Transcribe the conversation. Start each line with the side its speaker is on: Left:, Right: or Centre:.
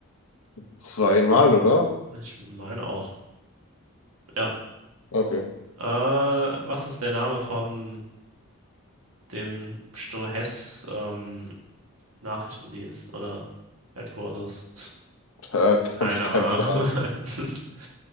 Left: Zweimal, oder?
Right: Ich meine auch. Ja.
Left: Okay.
Right: Äh, was ist der Name von dem Stohess ähm, Nachrichtendienst oder Headquarters?
Left: Da
Right: Keine
Left: habe ich keinen
Right: Ahnung.
Left: Plan.
Right: <laughs>